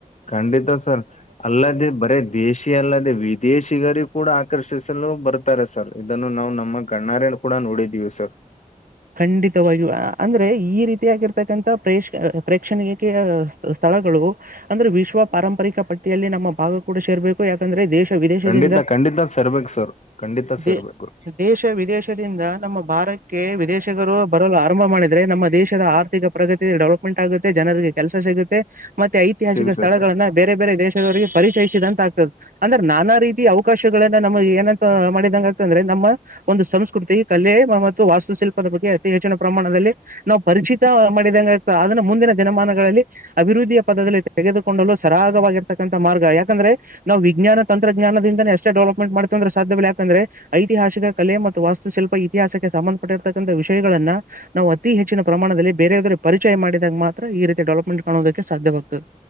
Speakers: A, on the left; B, on the right.
A: ಖಂಡಿತ ಸರ್ ಅಲ್ಲದೆೇ ಬರೇ ದೇಶಿ ಅಲ್ಲದೆೇ ವಿದೇಶಿಗರ ಕೂಡ ಆಕರ್ಷಿಸ ಬರ್ತಾರೆ ಸರ್ ಇದನ್ನು ನಾವು ನಮ್ಮ ಗಣ್ಣಾರ್ಯನ್ ಕೂಡ ನೋಡಿದೀವಿ ಸರ್
B: ಖಂಡಿತವ ಅಂದ್ರೆ ಈ ರೀತಿಯಾಗಿರ್ತಕ್ಕಂಥ ಪ್ರೇ ಪ್ರೇಕ್ಷಣಕ್ಕೆ ಸ್ಥಳಗಳು ಅಂದ್ರೆ ವಿಶ್ವ ಪಾರಂಪರಿಕ ಪಟ್ಟಿಯಲ್ಲಿ ನಮ್ಮ ಭಾಗ ಕೂಡ ಸೇರ್ಬೇಕು ಯಾಕಂದ್ರೆ ದೇಶ ವಿದೇಶದಿಂದ
A: ಖಂಡಿತ ಖಂಡಿತ ಸೇರ್ಬೇಕು ಸರ್ ಖಂಡಿತ ಸೇರ್ಬೇಕು
B: ದ ದೇಶ ವಿದೇಶದಿಂದ ನಮ್ಮ ಭಾರತ ಕೆ ವಿದೇಶ ರು ಬರಲು ಆರಂಭ ಮಾಡಿದ್ರೆ ನಮ್ಮ ದೇಶದ ಆರ್ಥಿಕ ಪ್ರಗತಿ ಡೆವಲಪ್ಮೆಂಟ್ ಆಗುತ್ತೆ ಜನರಿಗೆ ಕೆಲ್ಸ ಸಿಗುತ್ತೆ ಮತ್ತೆ ಐತಿಹಾಸಿಕ
A: ಸಿಗುತ್ತೆ
B: ಸ್ಥಳಗಳನ್ನ
A: ಸರ್
B: ಬೇರೆ ಬೇರೆ ದೇಶ ಪರಿಚಯಿಸಿದಂತ ಆಗ್ತದೆ ಅಂದ್ರೆ ನಾನಾ ರೀತಿಯ ಅವಕಾಶಗಳನ್ನ ನಮಗೆ ಏನಂತ ಮಾಡಿದಂಗ ಆಗ್ತ ಅಂದ್ರೆ ನಾ ಮ ಒಂದು ಸಂಸ್ಕೃತಿ ಕಲೆ ಮತ್ತು ವಾಸ್ತುಶಿಲ್ಪ ಬಗ್ಗೆ ಅತಿ ಹೆಚ್ಚಿನ ಪ್ರಮಾಣದಲ್ಲಿ ನಾವು ಪರಿಚಿತ ಮಾಡಿದತ ಅದನ್ನು ಮುಂದಿನ ದಿನಮಾನಗಳಲ್ಲಿ ಅಭಿವೃದ್ಧಿ ರುದ್ದಿ ಪದದಲ್ಲಿ ತೆಗೆದುಕೊಂಡಲು ಸರಾಗವಾಗಿರತಕ್ಕಂತಥ ಮಾರ್ಗ ಯಾಕಂದ್ರೆ ನಾವು ವಿಜ್ಞಾನ ತಂತ್ರಜ್ಞಾನದಿಂದ ಎಷ್ಟೇ ಡೆವಲಪ್ಮೆಟ್ ಮಾಡ್ತ ಅಂದ್ರ ಸಾಧ್ಯವ ಯಾಕಂದ್ರೆ ಐತಿಹಾಸಿಕ ಕಲೆ ಮತ್ತು ವಸ್ತುಶಿಲ್ಪ ಇತಿಹಾಸಕ್ಕೆ ಸಂಬಂಧಪಟ್ಟ ಕಂತ ವಿಷಯಗಳಗಳನ್ನು ನಾವು ಅತಿ ಹೆಚ್ಚಿನ ಪ್ರಮಾಣದಲ್ಲಿ ಬೇರೆೆಯವರ ಪರಿಚಯ ಮಾಡಿದಾಗ ಮಾತ್ರ ಈ ರೀತಿ ಡೆವಲಪ್ಮೆಂಟ್ ಕಾಣೋಡ್ ಕ್ಕೆ ಸಾಧ್ಯವಾಗ್ತದೆ.